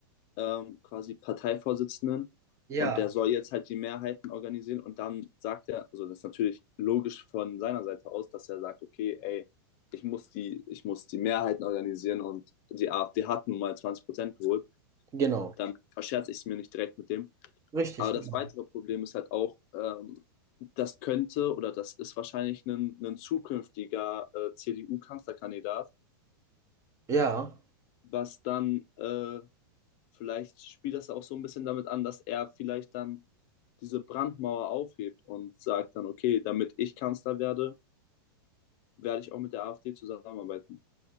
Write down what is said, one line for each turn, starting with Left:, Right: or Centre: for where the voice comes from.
Left: ähm, quasi Parteivorsitzenden
Right: Ja,
Left: und der soll jetzt halt die Mehrheiten organisieren und dann sagt er, also das ist natürlich logisch von seiner Seite aus, dass er sagt, okay, ey, ich muss die, ich muss die Mehrheiten organisieren und die AfD hat nun mal 20 Prozent geholt,
Right: genau.
Left: dann verscherze ich es mir nicht direkt mit dem.
Right: Richtig,
Left: Aber das
Right: genau.
Left: weitere Problem ist halt auch, ähm, das könnte oder das ist wahrscheinlich ein, ein zukünftiger äh, CDU-Kanzlerkandidat,
Right: Ja.
Left: was dann äh, vielleicht spielt das auch so ein bisschen damit an, dass er vielleicht dann diese Brandmauer aufhebt und sagt dann, okay, damit ich Kanzler werde, werde ich auch mit der AfD zusammenarbeiten.